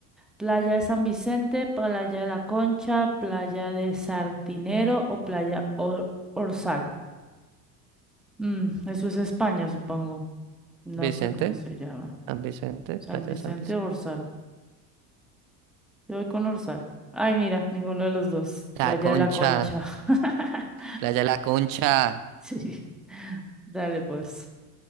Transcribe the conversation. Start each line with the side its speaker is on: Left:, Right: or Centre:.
Centre: ¿Playa de San Vicente, playa de la Concha, playa de Sardinero o playa Or- Orzal? Mm, eso es España, supongo. No
Right: Vicente,
Centre: sé cómo se llama.
Right: San Vicente,
Centre: San
Right: Playa
Centre: Vicente
Right: de San Vicente.
Centre: o Orsal. Yo voy con Orsal. Ay, mira, ninguno de los dos.
Right: La
Centre: Playa
Right: Concha,
Centre: de la Concha. <laughs>
Right: Playa de la Concha.
Centre: Sí. Dale, pues.